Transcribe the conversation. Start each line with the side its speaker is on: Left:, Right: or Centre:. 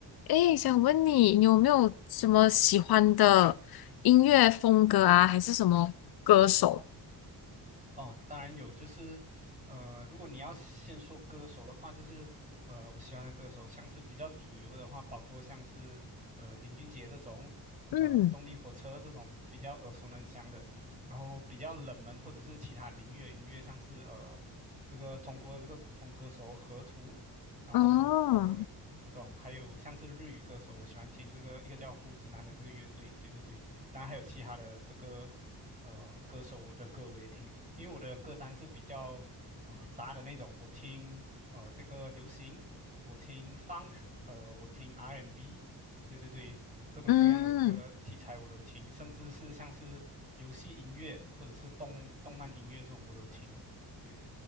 Left: 诶，想问你，你有没有什么喜欢的音乐风格啊，还是什么歌手？
Right: 哦，当然有，就是，呃，如果你要先说歌手的话，就是，呃，我喜欢的歌手，像是比较主流的话，包括像是，呃，林俊杰这种，
Left: 嗯，
Right: 呃，动力火车这种比较耳熟能详的，然后比较冷门或者是其他领域的音乐，像是呃，这个中国的这个古风歌手河图，然后呃，
Left: 哦，
Right: 这种还有像是日语歌手，我喜欢听这个一个叫胡子男的这个乐队，对对对，当然还有其他的这个呃歌手我的歌我也听，因为我的歌单是比较呃杂的那种，我听呃这个流行，我听 funk，呃我听 R&B，对对对，各种各样的这个题材我都听，
Left: 嗯
Right: 甚至是像是游戏音乐或者是动动漫音乐这种我都听。对，